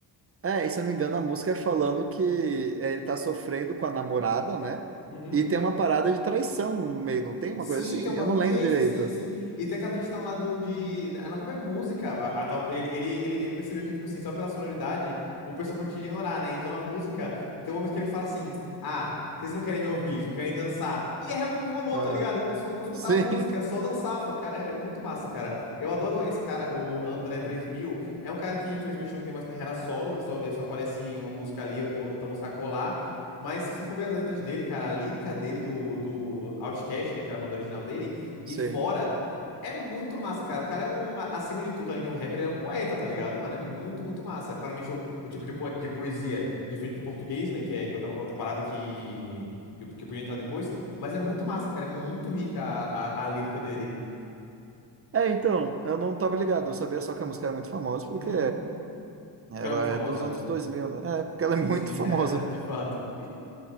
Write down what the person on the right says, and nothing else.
é, e se eu não me engano, a música é falando que é, ele tá sofrendo com a namorada, né?
E tem uma parada de traição no meio, não tem uma
coisa assim?
Eu
não lembro
direito.
Aham.
Sim,
<laughs>
sim.
É, então, eu não tava ligado, eu sabia só que a música era muito famosa porque
ela
é dos anos 2000, né? É, porque ela
é muito
famosa.